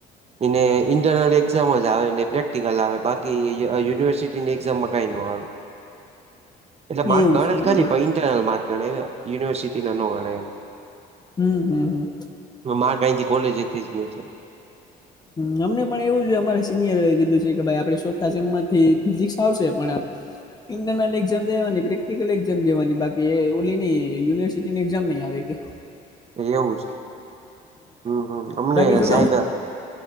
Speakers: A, on the right; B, on the left.
A: એને ઇન્ટરનલ એક્ઝામ જ આવે ને પ્રેક્ટિકલ આવે બાકી યુનિવર્સિટીની એક્ઝામમાં કાંઈ ન આવે. એટલે માર્ક
B: એવું
A: ગણાય
B: છે એમ
A: ખારી
B: ને
A: પણ ઇન્ટરનલ માર્ક ગણાય યુનિવર્સિટીના ન ગણાય એમ
B: હમ હમ હમ
A: હ મા કહીથી કોલેજ જ ની.
B: હ અમને પણ એવું જ અમારે સિનિયરો એ કીધું છે કે ભાઈ આપડે શોતા એમમાંથી ફિઝિક્સ આવશે પણ ઇન્ટરનલ એક્ઝામ દેવાની પ્રેક્ટિકલ એક્ઝામ દવાની બાકી એ ઓલી નની યુનિવર્સિટી ની એક્ઝામ નહી આવે કે
A: એવું જ હમ હમ અમને
B: બાકી જો
A: સાહેબ